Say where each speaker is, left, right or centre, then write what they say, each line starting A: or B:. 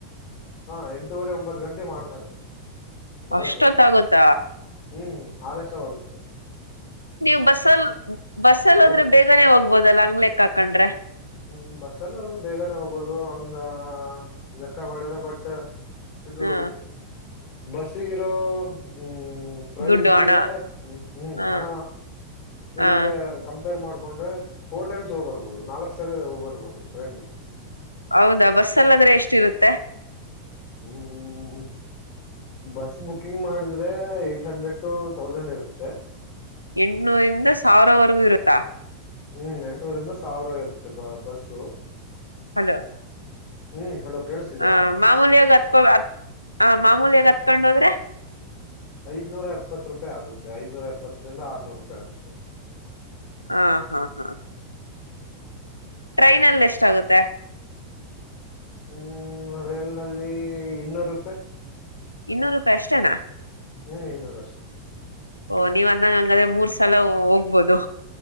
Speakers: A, on the left (about 35°); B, on the left (about 85°).
A: ಹಾ ಎಂಟೂುವರೆ ಒಂಬತ್ತು ಗಂಟೆ ಮಾಡ್ತಾರೆ ಬರೋಕೆ
B: ಅಷ್ಟತ್ತಾಗತ
A: ಹ್ಮ್ ಆಲೇಶವಾಗುತ್ತೆ
B: ನೀವ್ ಬಸ್ಸಲ್ ಬಸ್ಸಲ್
A: ಅಲ್ಲ
B: ಹೋದ್ರೆ ಬೇಗನೆ ಹೋಗ್ಬೋದಲ್ಲ ಅಂಗ್ಲೆಕ್ ಹಾಕಂಡ್ರೆ
A: ಹ್ಮ್ ಬಸ್ಸಲ್ಲ ಆದದ್ರರು ಬೇಗನೆ ಹೋಗ್ಬೋದು ಹಂಗಲೆಕ್ಕ ಮಾಡ್ರ ಬಟ್ ಇದು
B: ಹಾ
A: ಬಸ್ಸಿಗಿರೋ ಹ್ಮ್ ಪ್ರೈಸಿಗೆ
B: ದುಡ್ಡು ಹಣ
A: ಹ ಹ್ಮ
B: ಹಾ
A: ಹಣ ಇದಕ್ಕೆ
B: ಹಾ
A: ಕಂಪೇರ್ ಮಾಡ್ೊ ಹಕೊಂಡ್ರೆ ಫೋರ್ ಟೈಮ್ಸ್ ಹೋಗ್ಬರ್ಬಹುದು ನಾಲ್ಕ್ ಸರ ಹೋಗ್ಬರ್ಬಹುದು ಟ್ರೈಂಡ್ಲ್ಲಿ
B: ಹೌದಾ ಬಸ್ ಅಲ್ಲಾದ್ರೆ ಎಷ್ಟಿರುತ್ತೆ
A: ಹ್ಮ್ ಬಸ್ ಬುಕಿಂಗ್ ಮಾಡಿದ್ರೆ ಏಟ್ ಹಂಡ್ರೆಡ್ ಟು ತೌಸಂಡ್ ಇರುತ್ತೆ
B: ಎಂಟನೂರಿಂದ ಸಾವಿರವರೆಗೂ ಇರುತ್ತಾ
A: ಹ್ಮ್ ಎಂಟನೂರಿಂದ ಸಾವಿರ ಇರುತ್ತೆ ಬ ಬಸ್ಸು
B: ಹಲೋ
A: ಹ್ಮ್ ಹಲೋ ಕೇಳಿಸ್ತಿದ್ಯಾ
B: ಹ ಮಾಮೂಲ್ಯಾಗ ಹತ್ಕೊ ಆ ಮಾಮೂಲ್ಯಾಗ ಹತ್ಕೊಂಡೋದ್ರೆ
A: ಐದ್ನೂರ ಎಪ್ಪತ್ ರೂಪಾಯಿ ಆಗುತ್ತೆ ಐದನೂರ ಎಪ್ಪತ್ತರಿಂದ ಆರ್ನೂರು ರೂಪಾಯಿ ಆಗುತ್ತೆ
B: ಹಾ ಹಾ ಹಾ ಟ್ರೈನ ಅಲ್ಲಿ ಎಷ್ಟಾಗುತ್ತೆ
A: ಹ್ಮ್ ರೈಲ್ ನಲ್ಲಿ ಇನ್ನೂರು ರೂಪಾಯಿ
B: ಇನ್ನೂರು ರೂಪಾಯಿ ಅಷ್ಟೇನಾ
A: ಹ್ಮ್ ಇನ್ನೂರು ಅಷ್ಟೇ
B: ಓ ನೀವ್ ಅಂದಂಗ ಹಂಗಾದ್ರೆ ಮೂರ್ ಸಲ ಹೋಗ್ಬೋದು